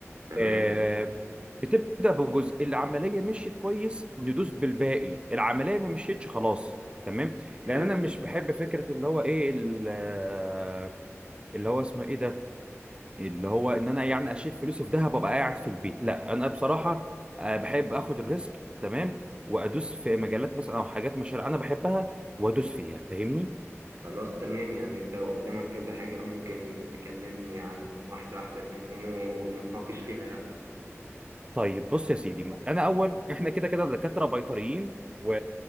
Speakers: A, on the right (about 70°); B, on the right (about 20°).
A: تمام
B: آه، بتبدا بجزء العمليه مشيت كويس ندوس بالباقي العمليه ما مشيتش خلاص تمام لان
A: حلو
B: انا مش بحب فكره اللي هو ايه ال- آه، اللي هو اسمه ايه ده اللي هو ان انا يعني اشيل فلوسي في دهب وابقى قاعد في البيت لا انا بصراحه آه، بحب اخد الريسك تمام وادوس في مجالات مثلا او حاجات مشاريع انا بحبها وادوس فيها فاهمني
A: خلاص تمام يعني انت قدامك كذا حاجة ممكن تكلمني عن واحدة واحدة منهم ونتناقش فيها يعني
B: طيب بص يا سيدي ما انا اول احنا كده كده دكاتره بيطريين و...